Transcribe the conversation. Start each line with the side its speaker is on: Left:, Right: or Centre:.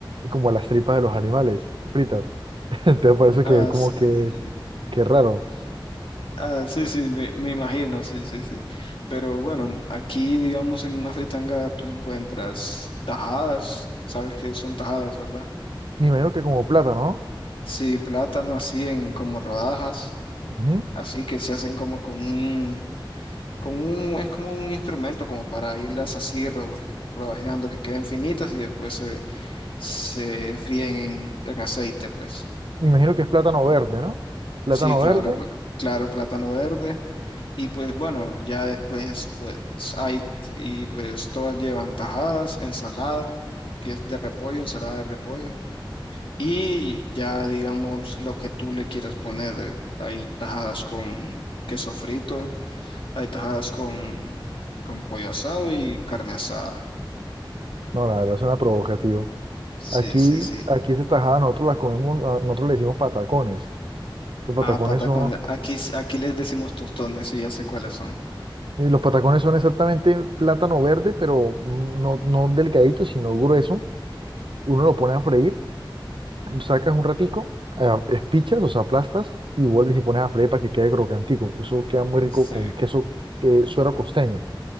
Right: como a las tripas de los animales, fritas. <laughs> Entonces por eso
Left: Ah,
Right: que como
Left: sí,
Right: que,
Left: eh,
Right: que raro.
Left: ah, sí, sí, me, me imagino, sí, sí, sí. Pero bueno, aquí digamos en una fritanga tú encuentras tajadas. Sabes que son tajadas, ¿verdad?
Right: Me imagino que como plátano,
Left: Sí, plátano así en como rodajas,
Right: ¿no? Ujú.
Left: así que se hacen como con un, con un, es como un instrumento como para irlas así rodaje- rodajeando que queden finitas y después se, se fríen en, en aceite, pues.
Right: Me imagino que es plátano verde, ¿no? Plátano
Left: Sí, claro,
Right: verde,
Left: pl- claro, plátano verde. Y pues bueno, ya después pues hay, y pues todas llevan tajadas, ensalada, que es de repollo, ensalada de repollo. Y ya digamos lo que tú le quieras poner. eh, Hay tajadas con queso frito, hay tajadas con, con pollo asado y carne asada.
Right: no, la verdad suena provocativo.
Left: Sí,
Right: Aquí,
Left: sí, sí.
Right: aquí esa tajada nosotros la comemos, a- nosotros le decimos patacones. Los patacones
Left: Ah, patacones.
Right: son,
Left: Aquí, s- aquí les decimos tostones y ya sé cuáles son.
Right: eh, los patacones son exactamente plátano verde, pero mm, no, no delgadito, sino grueso. Uno lo pone a freír sacas un ratico, ah, espichas, o sea, aplastas y vuelves y pones a freír para que quede crocantico. Eso queda muy rico
Left: Sí,
Right: con queso, que suero costeño.